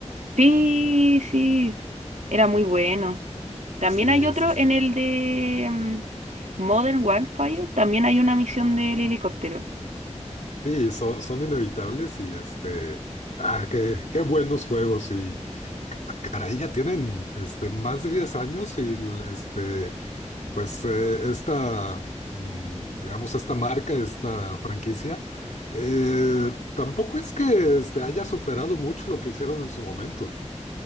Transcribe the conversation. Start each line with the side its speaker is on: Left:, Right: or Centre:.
Right: Sí, sí, era muy bueno. También
Left: Sí,
Right: hay otro
Left: sí, sí.
Right: en el de mm, Modern Warfare, también hay una misión del helicóptero.
Left: Sí, son, son inevitables y este, ah, qué, qué buenos juegos y ca- caray, ya tienen este, más de 10 años y el, este, Pues eh, esta, mm, digamos, esta marca, esta franquicia, eh, tampoco es que este, haya superado mucho lo que hicieron en su momento.